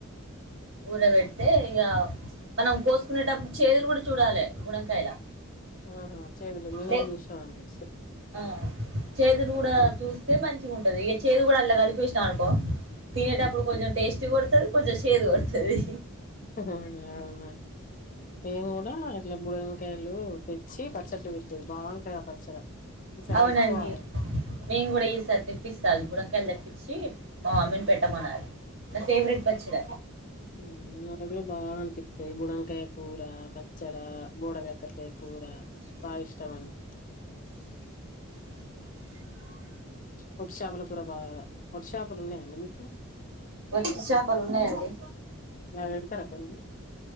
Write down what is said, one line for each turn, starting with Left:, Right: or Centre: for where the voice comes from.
Right: ఊరవెడితే ఇగ మనం కోసుకునేటప్పుడు చేదులు కూడ చూడాలే బుడంకాయల
Left: అహా చేదులు మేము
Right: లే
Left: కూడా చూసినమండి
Right: ఆ చేదులు గూడా చూస్తే మంచిగుంటది ఇగ చేదు కూడా అల్లా కలిపేశినవ్ అనుకో తినేటప్పుడు కొంచెం టేస్టీ కొడ్తది కొంచె శాదు గొడ్తది
Left: అవున మేం గూడా అట్ల బుడమకాయలు తెచ్చ్ వచ్చి పచ్చట్ లు పెట్టి బాగుంటాయి పచ్చడ ఈసారి
Right: అవునండి
Left: పెట్టుకోవాలి
Right: మేము కూడా ఈసారి తెప్పిస్తా బుడంకాయలు తెప్పించి మా మమ్మీని పెట్ట మనాలి నా ఫేవరెట్ పచ్చడ
Left: ఉమ్ నాక్గూడ బాగా అనిపిత్తాయి బుడంకాయ కూర పచ్చడ బోడకాక్కరకాయ కూర బాగా ఇష్టం అండి వట్టి షాపల కూర బా వట్టి షాపలు ఉన్నాయండి మీకు
Right: వట్టి షాపలు ఉన్నాయండి
Left: నాకు పెడతారా కొన్ని